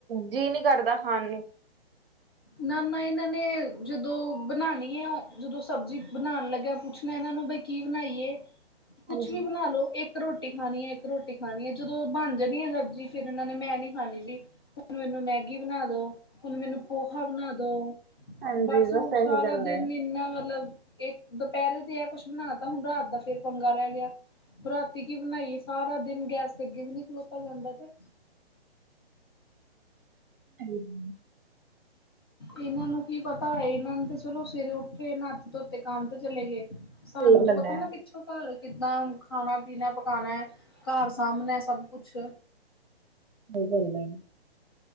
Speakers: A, on the right; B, on the left.
A: ਜੀਅ ਨਹੀਂ ਕਰਦਾ ਖਾਣ ਨੂੰ।
B: ਨਾ ਨਾ ਇਹਨਾਂ ਨੇ, ਜਦੋਂ ਬਣਾਉਣੀ ਐ। ਉਦੋ ਸਬਜ਼ੀ ਬਣਾਉਣ ਲੱਗਿਆ ਪੁੱਛਣਾ ਨਾਂ ਹਨਾਂ ਬਾਈ ਕੀ ਬਣਾਈਏ, ਕੁੱਛ
A: ਹਾਂਜੀ
B: ਵੀ ਬਣਾ ਲੋ। ਇੱਕ ਰੋਟੀ ਰੋਟੀ ਖਾਣੀ ਐ। ਇੱਕ ਰੋਟੀ ਖਾਣੀ ਐ। ਜਦੋਂ ਬਣ ਜਾਣੀ ਐ। ਸਬਜ਼ੀ ਫੇਰ ਇਹਨਾਂ ਨੇ ਮੈਂ ਨੀ ਖਾਣੀ ਜੀ। ਹੁਣ ਮੈਨੂੰ ਮੈਂ ਗੀ ਬਣਾ ਦੋ ਮੈਨੂੰ ਪੋਹਾ ਬਣਾ ਦੋ,
A: ਹਾਂਜੀ
B: ਬਸ ਉਹ ਸਾਰਾ
A: ਇਹੀ ਗੱਲ
B: ਦਿਨ
A: ਹੈ
B: ਇੰਨਾ ਮਤਲਬ ਇਹ ਦੁਪਹਿਰੇ ਦੇ ਆ ਕੁਛ ਬਣਾ ਤਾਂ। ਹੁਣ ਰਾਤ ਦਾ ਫੇਰ ਪੰਗਾ ਰਹਿ ਗਿਆ। ਰਾਤੀ ਕੀ ਬਣਾਈਏ। ਸਾਰਾ ਦਿਨ ਗੈਸ ਤੇ ਅੱਗੇ ਵੀ ਨਹੀਂ ਖਲੋਤਾ ਜਾਂਦਾ ਤੇ
A: <unintelligible>
B: ਇਹਨਾਂ ਨੂੰ ਕੀ ਪਤਾ ਐ। ਇਹਨਾਂ ਨੇ ਤੇ ਚਲੋ ਸਵੇਰੇ ਉੱਠੇ ਨਾਤੇ-ਧੋਤੇ ਕੰਮ ਤੇ ਚਲੇ ਗਏ ਸਾਨੂੰ
A: ਸਹੀ
B: ਤਾਂ
A: ਗੱਲ
B: ਪਤਾ
A: ਹੈ
B: ਨਾ। ਪਿੱਛੋਂ ਘਰ ਕਿੱਦਾਂ ਖਾਣਾ-ਪੀਣਾ ਪਕਾਣਾ ਐ। ਘਰ ਸਾਹਮਣੇ ਐ ਸਭ ਕੁਛ
A: ਬੁਹ ਗੰਦੇ ਨੇਂ